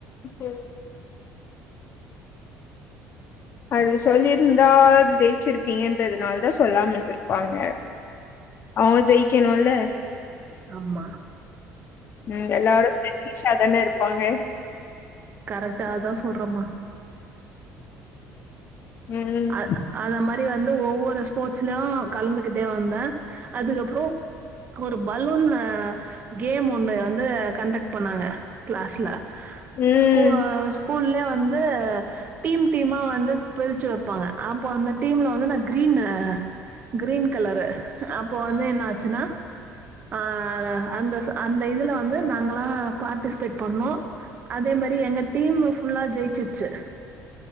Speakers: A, on the left (about 45°); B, on the right (about 35°).
A: ம் அது சொல்லியிருந்தா ஜெயிச்சிருப்பீங்கன்றதுனால தா சொல்லாம இருந்திருப்பாங்க அவங்க ஜெயிக்கணுல்ல
B: ஆம்மா
A: ம் எல்லாரு செல்ஃபிஷ்ஷாதான இருப் பாங்க
B: கரெக்ட்டாதா சொல்றமா
A: ம்
B: அ அந்த மாதி அ வந்து ஒவ்வொரு ஸ்போர்ட்ஸ்லயு கலந்துகிட்டே வந்தா அதுக்கு அப்புறம் ஒரு பலூன் ஆ கேம் ஒன்னு வந்து கண்டக்ட் பண்ணாங்க க்ளாஸ்ல
A: ம்
B: ஸ்கூ ஆ ஸ்கூல்லே வந்து டீம் டீமா வந்து பிரிச்சு வப் ப்பாங்க அப்போ அந்த டீம்ல வந்து நா கிரீனு கிரீன் கலரு அப்ப வந்து என்ன ஆச்சுன்னா அஹ் அந்த அந்த இதுல வந்து நாங்கல்லா பார்ட்டிசிபேட் பண்ணோம் அதே மாரி எங்க டீமு ஃபுல்லா ஜெயிச்சுடுச்சு